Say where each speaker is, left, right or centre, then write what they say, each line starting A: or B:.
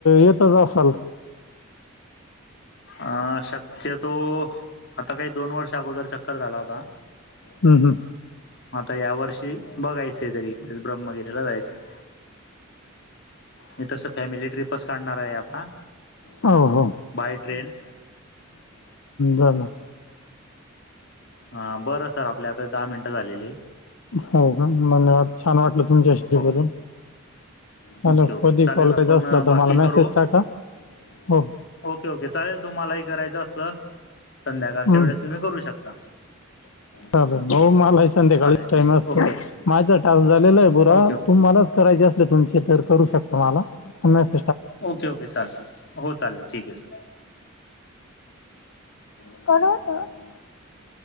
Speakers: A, on the left; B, on the left.
A: येतच असाल.
B: अ शक्यतो, आता काय दोन वर्ष अगोदर चक्कर झाला होता.
A: हम्म हम्म.
B: म आता या वर्षी बघायचय तरी कुठे ब्रह्मगिरीला जायचंय. मी तसं फॅमिली ट्रिपच काढणार आहे आता.
A: हो हो,
B: बाय ट्रेन
A: जाना.
B: हा बरं सर आपले आता दहा मिनटं झालेले आहे.
A: हो का <unintelligible> छान वाटलं तुमच्याशी
B: हो
A: बोलून. हॅलो
B: ओके ओके
A: कधी
B: चालेल
A: कॉल
B: आपण
A: करायचा असल
B: बाकी
A: तर मला
B: करू
A: मेसेज टाका, हो.
B: ओके ओके चालेल तुम्हालाही करायचं असलं, संध्याकाळच्या
A: हम्म.
B: वेळेस तुम्ही करू शकता.
A: चालेल हो मला संध्याकाळी
B: चालेल
A: टाइम
B: ठीक
A: असतो,
B: ओके ओके
A: माझं टास्क झालेला आहे पुरा
B: ओके ओके
A: तुम्हालास करायचे असले तुमचे तर करू शकता मला. मसे
B: ओके ओके चालेल, हो चालेल ठीक आहे सर.
A: <unintelligible> होत.